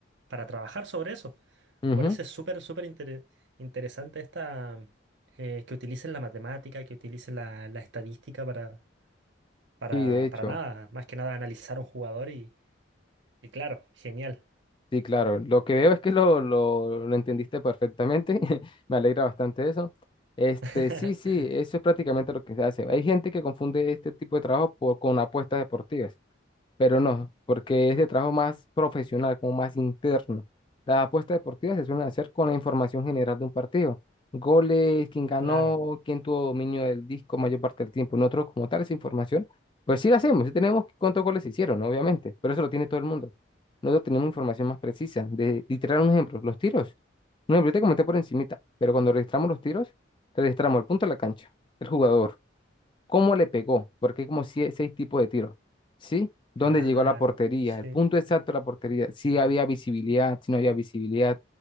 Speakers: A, on the right; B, on the left.
A: para trabajar sobre eso.
B: Ujú.
A: Me parece súper, súper intere- interesante esta, eh, que utilicen la matemática, que utilicen la la estadística para para,
B: Sí, de hecho.
A: para nada, más que nada analizar un jugador y, y claro, genial.
B: Sí, claro. Lo que veo es que lo, lo, lo entendiste perfectamente. <laughs> Me alegra bastante eso. Este,
A: <laughs>
B: sí, sí, eso es prácticamente lo que se hace. Hay gente que confunde este tipo de trabajo por- con apuestas deportivas pero no, porque es de trabajo más profesional, como más interno. Las apuestas deportivas se suelen hacer con la información general de un partido. Goles, quién ganó,
A: Claro,
B: quién tuvo dominio del disco mayor parte del tiempo. Nosotros, como tal, esa información, pues sí la hacemos, sí tenemos cuántos goles se hicieron, ¿no? obviamente, pero eso lo tiene todo el mundo. Nosotros tenemos información más precisa. De, literal, un ejemplo, los tiros. Un ejemplo, yo te comenté por encimita, pero cuando registramos los tiros, registramos el punto de la cancha, el jugador cómo le pegó, porque hay como sie- seis tipos de tiros, ¿sí? ¿Dónde
A: claro,
B: llegó a la portería?
A: sí,
B: El punto exacto de la portería, si había visibilidad, si no había visibilidad,